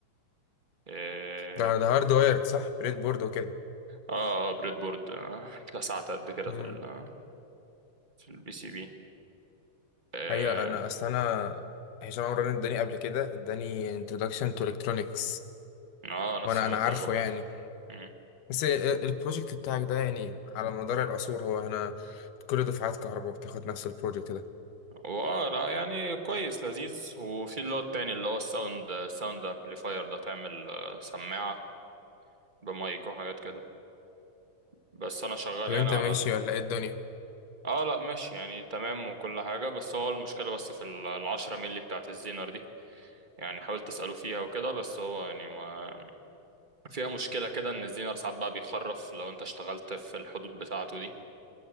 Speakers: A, on the right (about 25°); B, on the left (about 80°).
A: آه،
B: ده ده هارد وايرد صح بريد بورد وكده
A: اه اه بريد بورد آه، <laughs> اتلسعت قد كده
B: امم
A: في ال في البي سي بي اه
B: هي انا اصل انا هشام عمران اداني قبل كده اداني introduction to electronics
A: آه، نفس
B: وانا
A: المادة
B: انا عارفه
A: اللي باخدها
B: يعني
A: مم.
B: بس ال- البروجكت بتاعك ده يعني على مدار العصور هو انا كل دفعات كهرباء بتاخد نفس البروجكت ده
A: واه لا يعني كويس لذيذ وفي اللي هو التاني اللي هو الساوند الساوند امبليفاير ده تعمل آه، سماعة بمايك وحاجات كده بس انا شغال
B: طب
A: يعني
B: انت
A: على
B: ماشي
A: ال...
B: ولا ايه الدنيا
A: اه لا ماشي يعني تمام وكل حاجة بس هو المشكلة بس في ال- العشرة ملي بتاعت الزينر دي يعني حاولت اسأله فيها وكده بس هو يعني ما فيها مشكلة كده إن الزينر ساعات بقى بيخرف لو أنت اشتغلت في الحدود بتاعته دي